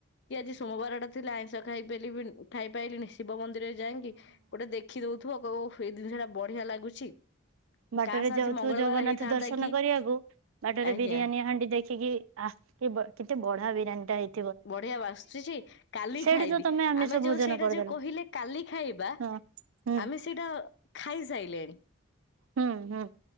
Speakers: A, on the left; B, on the right.
A: କି ଆଜି ସୋମବାର ଟା ଥିଲା ଆଇଁଷ ଖାଇ ପାରିବିନି ଖାଇ ପାଇଲିନି ଶିବ ମନ୍ଦିର। ଯାଇକି ଗୋଟେ ଦେଖିଦଉଥିବ କହିବ ଓହୋ ଏ ଜିନିଷ ଟା ବଢିଆ ଲାଗୁଛି।
B: ବାଟରେ
A: କାସ୍
B: ଯାଉଥୁବ
A: ଆଜି ମଙ୍ଗଳବାର
B: ଜଗନ୍ନାଥ
A: ହେଇଥାନ୍ତା
B: ଦର୍ଶନ
A: କି
B: କରିବାକୁ ବାଟରେ
A: ଆଜ୍ଞା
B: ବିରିୟାନୀ ହାଣ୍ଡି ଦେଖିକି। ଆହା କି ବ କେତେ ବଢ଼ିଆ ବିରିୟାନୀ ଟା ହେଇଛି।
A: ବଢିଆ ବାସୁଛି କାଲି
B: ସେଇଠି
A: ଖାଇବି
B: ତ ତମେ ଆମିଷ
A: ଆମେ ଯୋଉ
B: ଭୋଜନ
A: ସେଇଟା
B: କରିଦେଲ
A: ଯୋଉ କହିଲେ କାଲି ଖାଇବା।
B: ହଁ ହୁଁ
A: ଆମେ ସେଇଟା ଖାଇସାଇଲେଣି।
B: ହୁଁ, ହୁଁ।